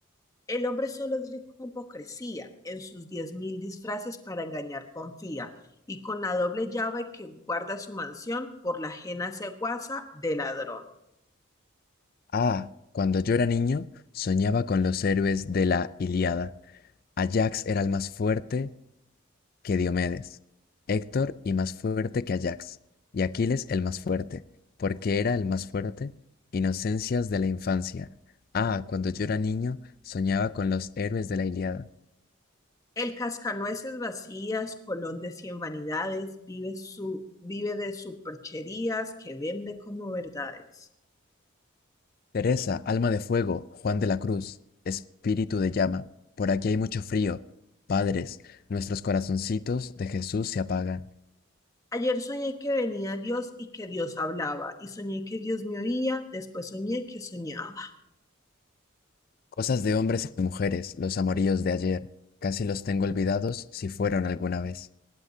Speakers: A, on the left; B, on the left.
A: El hombre solo es rico en hipocresía, en sus diez mil disfraces para engañar confía, y con la doble llave que guarda su mansión por la ajena ceguaza de ladrón.
B: Ah, cuando yo era niño, soñaba con los héroes de la Ilíada. Ajax era el más fuerte, que Diomedes, Héctor y más fuerte que Ajax, y Aquiles el más fuerte, porque era el más fuerte, inocencias de la infancia. Ah, cuando yo era niño, soñaba con los héroes de la Ilíada.
A: El cascanueces vacías, colón de cien vanidades, vive, su, vive de supercherías que vende como verdades.
B: Teresa, alma de fuego, Juan de la Cruz, espíritu de llama, por aquí hay mucho frío. Padres, nuestros corazoncitos de Jesús se apagan.
A: Ayer soñé que venía Dios y que Dios hablaba, y soñé que Dios me oía, después soñé que soñaba.
B: Cosas de hombres y mujeres, los amoríos de ayer, casi los tengo olvidados si fueron alguna vez.